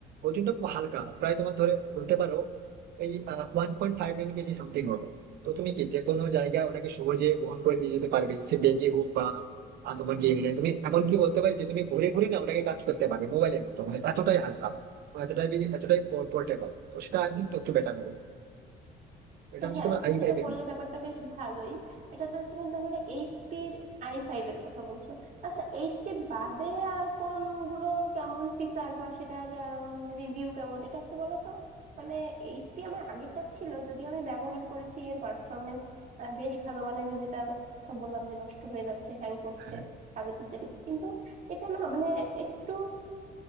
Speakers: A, on the right; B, on the right.
A: ওজনটা খুব হালকা প্রায় তোমার ধরে বলতে পারো ওই ওয়ান পয়েন্ট ফাইভ নাইন কেজি সামথিং হবে তো তুমি কি যে কোনো জায়গায় ওটাকে সহজে বহন করে নিয়ে যেতে পারবে সে ব্যাগে হোক বা আর তোমার কি এমনি তুমি এমন কি বলতে পারি যে তুমি ঘুরে ঘুরে না ওটাকে কাজ করতে পারবে মোবাইলের মতো মানে এতটাই হালকা এতটাই এতটাই পোর্টেবল তো সেটা আই থিঙ্ক একটু বেটার হবে এটা হচ্ছে
B: হ্যাঁ
A: তোমার
B: তুমি
A: আই
B: যেটা
A: ফাইভ এর
B: বললে
A: মধ্যে
B: ব্যাপারটা বেশ ভালোই এটা তো তুমি তাহলে এইচপি আই ফাইভ এর কথা বলছো আচ্ছা এইচপি বাদে আর কোনগুলোর কেমন ফিচার বা সেটার রিভিউ কেমন এটা একটু বলো তো মানে এইচপি আমার আগেরটা ছিল যদিও আমি ব্যবহার করেছি এর পারফরমেন্স বেশ ভালো মানে যে যেটার কথা বললাম যে নষ্ট হয়ে যাচ্ছে হ্যাং করছে
A: হ্যাঁ
B: কাজের ক্ষেত্রে দিচ্ছে। কিন্তু এটা না মানে একটু